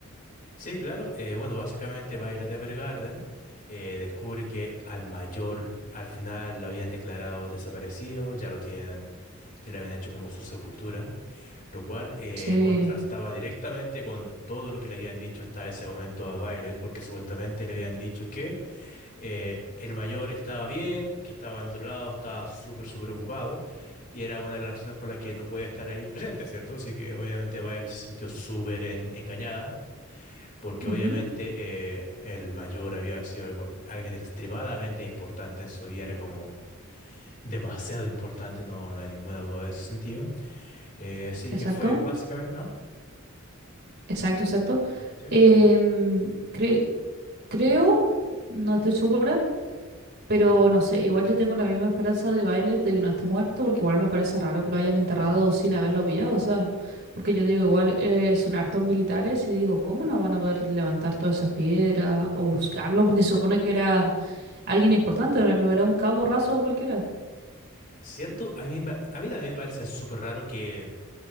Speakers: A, on the left; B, on the right.
A: Sí, claro, eh, bueno, básicamente Violet Evergarden eh, descubre que al mayor al final lo habían declarado desaparecido, ya lo tienen, ya le habían hecho como su sepultura, lo cual eh,
B: Sí.
A: contrastaba directamente con todo lo que le habían dicho hasta ese momento a Violet, porque supuestamente le habían dicho que eh, el mayor estaba bien, que estaba en otro lado, estaba súper, súper ocupado, y era una de las razones por la que no podía estar ahí presente, ¿cierto? Así que obviamente Violet se sintió súper en- engañada, porque
B: Ujú,
A: obviamente eh, el mayor había sido algo, alguien extremadamente importante en su vida, era como demasiado importante, no, no hay ninguna duda de ese sentido. Eh, así
B: Exacto,
A: que fue básicamente... ¿Ah?
B: exacto, exacto.
A: ¿sí?
B: Em, cre- creo, no estoy segura, Pero no sé, igual yo tengo la misma esperanza de Violet de que no esté muerto, porque igual me parece raro que lo hayan enterrado sin haberlo pillado, o sea, porque yo digo, igual eh, son hartos militares y digo, ¿cómo no van a poder levantar todas esas piedras o buscarlo? Porque se supone que era alguien importante, no, no era un cabo raso o cualquiera.
A: ¿Cierto? A mí, me- a mí también me parece súper raro que